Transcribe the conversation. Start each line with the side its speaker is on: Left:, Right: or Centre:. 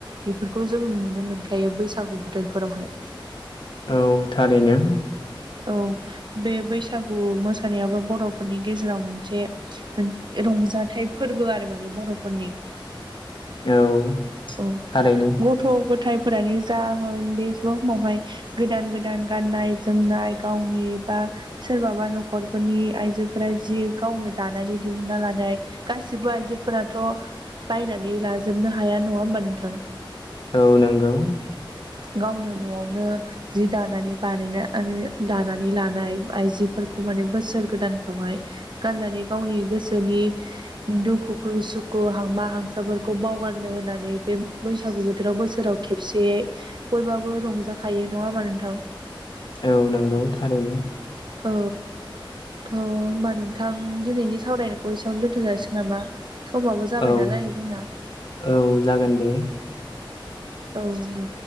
Right: बेफोरखौ जों नुनो मोनखायो बैसागु बोथोरफोरावहाय
Left: औ थारैनो
Right: औ बे बैसागु मोसानायाबो बरफोरनि गेजेराव मोनसे रंजाथाइ फोरबो आरो माने बरफोरनि
Left: औ
Right: औ
Left: थारैनो
Right: गथ गथाय फो फोरानि जाहोन बेसे समावहाय गोदान गोदान गाननाय जोमनाय गावनि बा सोरबाबा नखरफोरनि आइजोफोरा जि गावनो दानानै दिहुनना लानाय गासिबो आइजोफोराथ बायनानै नानै लाजोबनो हाया नङा होमबा नोंथां
Left: औ नोंगौ
Right: गावनो नआवनो जि दानानै बानायना दानानै लानाय आइजोफोर बेखौ माने बोसोर गोदानफ्रावहाय गाननानै गावनि गोसोनि दुखुखो सुखु हांमा हां साफोरखौ बावगारनो होननानै बे बैसागु बोथोराव बोसोराव खेबसे बयबाबो रंजा जाखायो नङा होमबा नोंथां।
Left: औ नंगौ थारैनो
Right: औ थ होमबा नोंथां दिनैनि सावरायनायखौ एसेयावनो दोन्थ जासिगोन नामा। समाबो जाबाय
Left: औ
Right: नालाय जोंना।
Left: औ जागोन दे
Right: औ दे